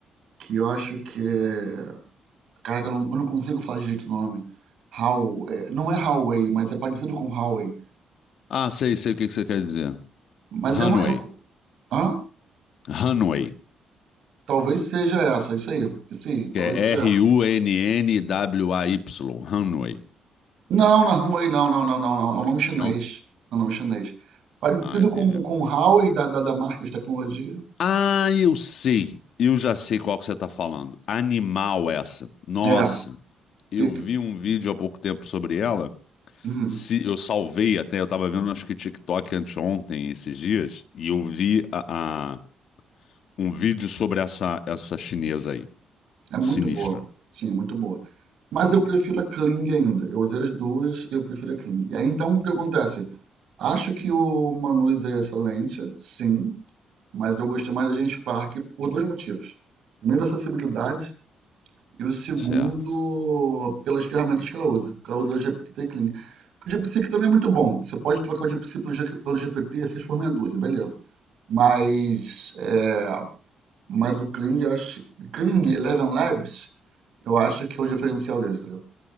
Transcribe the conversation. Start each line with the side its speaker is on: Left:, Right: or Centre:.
Right: que eu acho que é. Caraca, eu não, eu não consigo falar direito o nome. How, é, não é Huawei, mas é parecido com Huawei.
Left: Ah, sei, sei o que que você quer dizer.
Right: Mas
Left: Runway.
Right: é uma. É um, hã?
Left: Runway.
Right: Talvez seja essa, isso aí. Isso aí, talvez
Left: Que é
Right: seja
Left: R-U-N-N-W-A-Y,
Right: essa.
Left: Runway.
Right: Não, não é Huawei, não, não, não, não, não. É um nome chinês.
Left: Não?
Right: É um nome chinês. Parecido
Left: Ah, entendi.
Right: com, com Huawei da, da, da marca de tecnologia.
Left: Ah, eu sei. Eu já sei qual que você está falando. Animal essa. Nossa,
Right: É,
Left: eu
Right: pica.
Left: vi um vídeo há pouco tempo sobre ela.
Right: Uhum.
Left: Se, eu salvei até, eu estava vendo acho que TikTok anteontem, esses dias, e eu vi a, a- um vídeo sobre essa, essa chinesa aí.
Right: É muito
Left: Sinistra.
Right: boa. Sim, muito boa. Mas
Left: Hum,
Right: eu prefiro a Kling ainda. Eu usei as duas, eu prefiro a Kling. E aí então o que acontece? Acho que o Manus é excelente, sim, mas eu gostei mais da Genspark Park por dois motivos. Primeiro, a acessibilidade, e o segundo,
Left: certo.
Right: pelas ferramentas que ela usa. Que ela usa o GPT Kling. O GPT que também é muito bom. Você pode trocar o GPT pelo G- P T pelo GPT 6 por meia dúzia, beleza. Mas, é, mas o Kling, eu acho, Kling Eleven Labs. Eu acho que é o diferencial dele, entendeu?